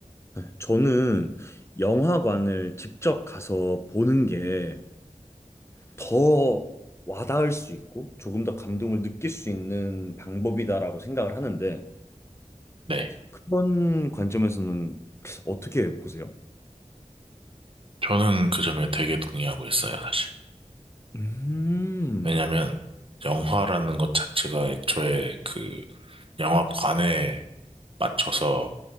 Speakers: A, on the left; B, on the right.
A: 네, 저는 영화관을 직접 가서 보는 게 더 와닿을 수 있고 조금 더 감동을 느낄 수 있는 방법이다라고 생각을 하는데
B: 네.
A: 그런 관점에서는 어떻게 보세요?
B: 저는 그 점에 되게 동의하고 있어요, 사실.
A: 음,
B: 왜냐면, 영화라는 것 자체가 애초에 그 영화관에 맞춰서